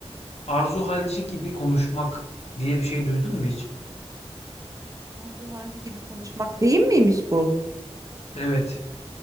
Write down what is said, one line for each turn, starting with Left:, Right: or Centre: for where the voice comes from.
Left: Arzu halci gibi konuşmak diye bir şey duydun mu hiç?
Right: Arzu Hancı gibi konuşmak değil miymiş bu?
Left: Evet.